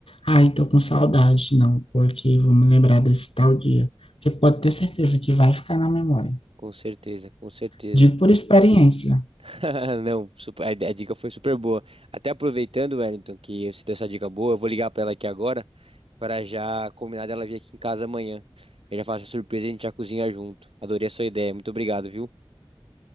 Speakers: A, on the left; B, on the right.
A: Ai, tô com saudade, não, porque vou me lembrar desse tal dia. Porque pode ter certeza que vai ficar na memória.
B: Com certeza, com certeza.
A: Digo por experiência.
B: <laughs> Não, super- a, a dica foi super boa. Até aproveitando, Wellington, que você deu essa dica boa, eu vou ligar pra ela aqui agora para já combinar dela vir aqui em casa amanhã. Eu já faço a surpresa e a gente já cozinha junto. Adorei a sua ideia. Muito obrigado, viu?